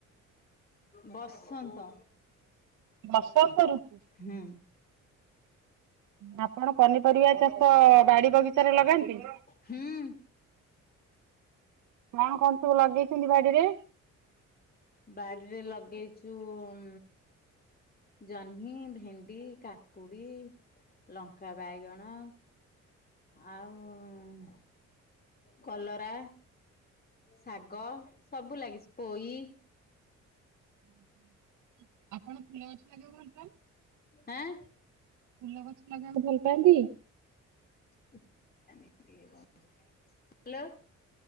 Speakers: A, on the left; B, on the right.
A: ବସନ୍ତ
B: ବସନ୍ତ ଋତୁ,
A: ହୁଁ
B: ମତ କଣ ପନିପରିବା ଚାଷ ବାଡି ବଗିଚାରେ ଲଗାନ୍ତି?
A: ହୁଁ
B: କଣ କଣ ସବୁ ଲଗେଇଛନ୍ତି ବାଡିରେ?
A: ବାଡିରେ ଲଗେଇଚି ଉଁ ଜହ୍ନି, ଭେଣ୍ଡି, କାକୁଡି, ଲଙ୍କା, ବାଇଗଣ। ଆଉ କଲରା, ଶାଗ, ସବୁ ଲାଗିଛି ପୋଇ।
B: <inaudible> ଆପଣ ଫୁଲ ଗଛ ଲଗୋଉ ନାହାଁନ୍ତି?
A: ଆଁ
B: ଫୁଲ ଗଛ ଲଗେଇବାକୁ ଭଲ ପାଆନ୍ତି?
A: <unintelligible> ହାଲୋ।